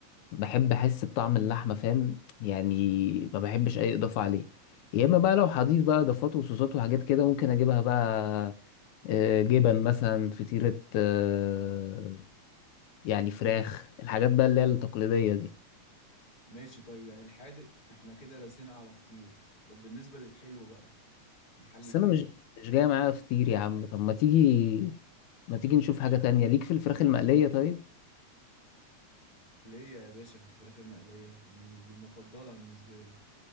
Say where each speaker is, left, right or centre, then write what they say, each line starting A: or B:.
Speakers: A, on the left; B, on the left.
A: بحب أحس بطعم اللحمة فاهم يعني ما بحبش أي إضافة عليه يا إما بقى لو هضيف بقى إضافات وصوصات وحاجات كده ممكن أجيبها بقى آه، جبن مثلا فطيرة آه، يعني فراخ الحاجات بقى اللي هي التقليدية دي
B: ماشي طيب يعني الحادق احنا كده رسينا على فطير طب بالنسبه للحلو بقى نحلي
A: بس
B: فين
A: أنا مش مش جاية معايا فطير يا عم طب ما تيجي ما تيجي نشوف حاجة تانية ليك في الفراخ المقلية طيب
B: ليه يا باشا في الفراخ المقليه دي دي المفضله بالنسبه لي